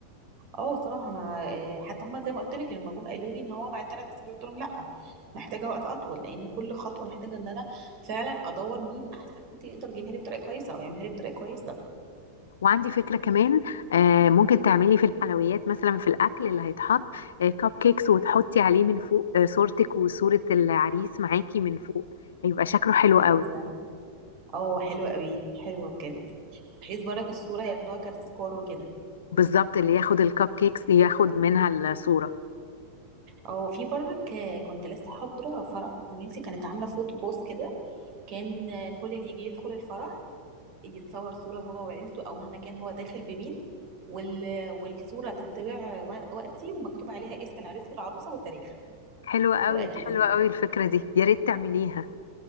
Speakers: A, on the right (about 45°); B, on the left (about 65°).
A: اه صراحه ما آه، حتى هما زي ما قلت لك لما جم قالوا لي ان هو بعد ثلاث اسابيع قلت لهم لا محتاجه وقت اطول لان كل خطوه محتاجه ان انا فعلا ادور مين احسن حد يقدر يجيبها لي بطريقه كويسه او يعملها لي بطريقه كويسه
B: وعندي فكرة كمان آه، ممكن تعملي في الحلويات مثلا في الاكل اللي هيتحط كب كيكس وتحطي عليه من فوق آه، صورتك وصورة العريس معاكي من فوق هيبقى شكله حلو قوي
A: جميلة اه حلوة قوي حلوة بجد بحيث برك الصورة ياخدوها كتذكار وكده
B: بالظبط اللي ياخد الكب كيكس ياخد منها الصورة
A: او في برك آه، كنت لسه حاضرة فرح زميلتي كانت عاملة فوتو بوست كده كان آه، كل اللي يجي يدخل الفرح يتصور صورة هو وعيلته او مهما كان هو داخل بمين وال... والصورة تتبع و- وقتي ومكتوب عليها اسم العريس والعروسة والتاريخ
B: حلوة قوي
A: ايه رأيك في
B: حلوة
A: دي؟
B: قوي الفكرة دي يا ريت تعمليها